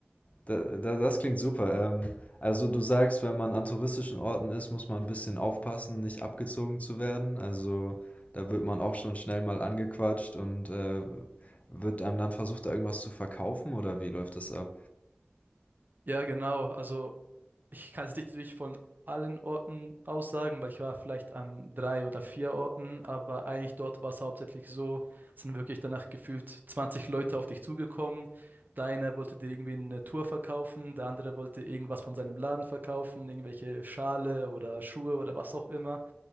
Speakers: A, on the left; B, on the right.
A: Da, da, das klingt super. Ähm, also du sagst, wenn man an touristischen Orten ist, muss man ein bisschen aufpassen, nicht abgezogen zu werden. Also da wird man auch schon schnell mal angequatscht und äh, wird einem dann versucht, da irgendwas zu verkaufen oder wie läuft das ab?
B: ja, genau, also. Ich kann es nicht natürlich von allen Orten aussagen, weil ich war vielleicht an drei oder vier Orten, aber eigentlich dort war es hauptsächlich so, es sind wirklich danach gefühlt 20 Leute auf dich zugekommen. Der eine wollte dir irgendwie eine Tour verkaufen, der andere wollte irgendwas von seinem Laden verkaufen, irgendwelche Schale oder Schuhe oder was auch immer.